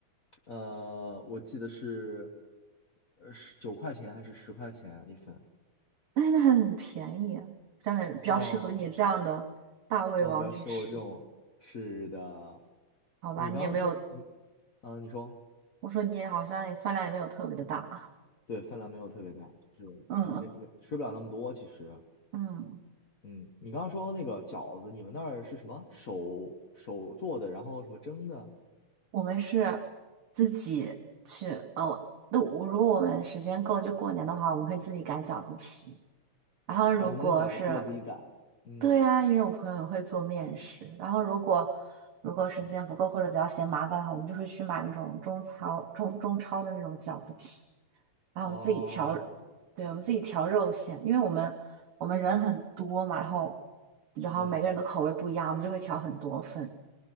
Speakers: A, on the left (about 55°); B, on the right (about 70°).
A: 呃，我记得是，呃，十九块钱还是十块钱一份？
B: <laughs> 哎那很便宜啊，这样很比较适合你这样的大胃王去吃，
A: 哦，啊，不要吃我这种。是的，
B: 好吧？
A: 你刚刚说你，
B: 你也没有，
A: 啊，你说
B: 我说你也好像也饭量也没有特别的大。
A: 对，饭量没有特别大，就是嗯没没吃不了那么多。
B: 嗯
A: 其实，
B: 嗯，
A: 嗯，你刚刚说那个饺子，你们那儿是什么手手做的，然后什么蒸的？
B: 我们是自己去哦。那我如果我们时间够，就过年的话，我们会自己擀饺子皮。然后如果是，
A: 哦，你们那饺子皮也自己擀？嗯
B: 对啊，因为我朋友会做面食。然后如果如果时间不够或者比较嫌麻烦的话，
A: 嗯，
B: 我们就会去买那种中超中中超的那种饺子皮，然后我们自己调，
A: 哦，
B: 对，我们自己调肉馅，因为我们我们人很多嘛，然后然后每个人的口味不一样，
A: 嗯，
B: 我们就会调很多份。